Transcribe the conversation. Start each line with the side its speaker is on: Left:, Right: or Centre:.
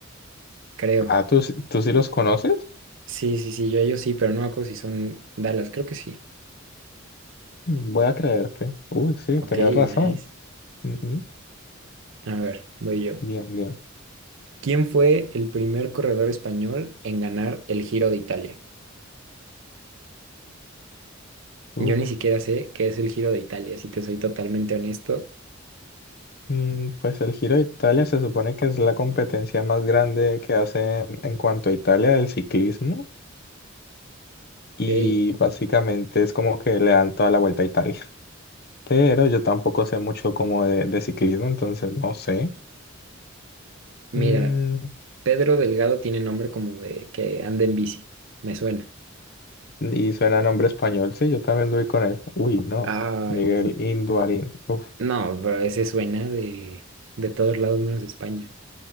Right: Creo.
Left: Ah, ¿tú, sí- tú sí los conoces?
Right: Sí, sí, sí, yo a ellos sí, pero no me acuerdo si son Dallas, creo que sí.
Left: Mm, Voy a creerte. Uy, sí,
Right: Ok,
Left: tenías razón.
Right: nice.
Left: Ujú,
Right: A ver, voy yo.
Left: Bien, bien.
Right: ¿Quién fue el primer corredor español en ganar el Giro de Italia?
Left: Uf,
Right: Yo ni siquiera sé qué es el Giro de Italia, si te soy totalmente honesto.
Left: mm, pues el Giro de Italia se supone que es la competencia más grande que hacen en cuanto a Italia del ciclismo y
Right: Ok,
Left: básicamente es como que le dan toda la vuelta a Italia. <laughs> Pero yo tampoco sé mucho como de, de ciclismo, entonces no sé.
Right: mira,
Left: Mm,
Right: Pedro Delgado tiene nombre como de que anda en bici, me suena.
Left: y suena nombre español, sí, yo también doy con él. Uy, no,
Right: Ay,
Left: Miguel
Right: no.
Left: Induarín. Uf,
Right: No, pero ese suena de, de todos lados menos de España.